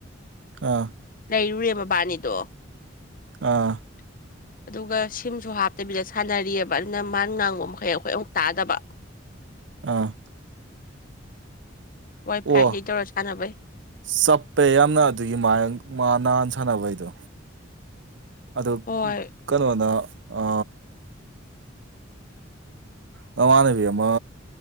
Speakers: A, on the right; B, on the left.
A: ꯑꯥ꯫
B: ꯂꯩꯔꯨꯔꯦ ꯃꯕꯥꯅꯤꯗꯣ꯫
A: ꯑꯥ꯫
B: <inaudible> ꯑꯗꯨꯒ ꯁꯤꯝꯁꯨ ꯍꯥꯞꯇꯕꯤꯗ ꯁꯥꯟꯅꯔꯤꯑꯦꯕ ꯑꯗꯨꯅ ꯃꯥꯥꯟ ꯉꯥꯡꯕ ꯃꯈꯩ ꯑꯩꯈꯣꯏ ꯑꯃꯨꯛ ꯇꯥꯗꯕ꯫
A: ꯑꯥ꯫
B: ꯋꯥꯏ ꯐꯥꯏꯗꯩ
A: ꯑꯣ
B: ꯇꯧꯔ ꯁꯥꯟꯅꯕꯩ
A: ꯆꯞꯄꯦ ꯌꯥꯝꯅ ꯑꯗꯨꯒꯤ ꯃꯥꯅꯥ ꯁꯥꯟꯅꯕꯩꯗꯣ꯫ ꯑꯗꯨ
B: ꯍꯣꯏ
A: ꯀꯩꯅꯣꯅ ꯑ ꯅꯃꯥꯅꯕꯤ ꯑꯃ